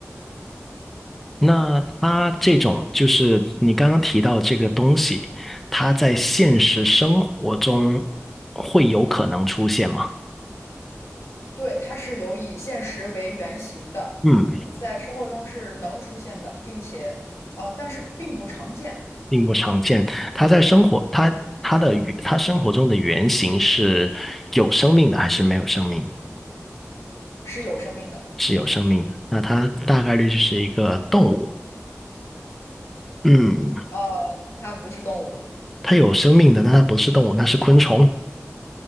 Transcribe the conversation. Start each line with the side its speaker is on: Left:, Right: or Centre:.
Centre: 那他这种就是你刚刚提到这个东西，它在现实生活中会有可能出现吗？
Left: 对，它是有以现实为原型的，
Centre: 嗯，
Left: 在生活中是能出现的，并且呃，但是并不常见，
Centre: 并不常见。他在生活，他他的他生活中的原型是有生命的还是没有生命？
Left: 是有生命的。
Centre: 是有生命的。那他大概率就是一个动物。嗯，
Left: 哦，它不是动物，
Centre: 它有生命的，但它不是动物，那是昆虫，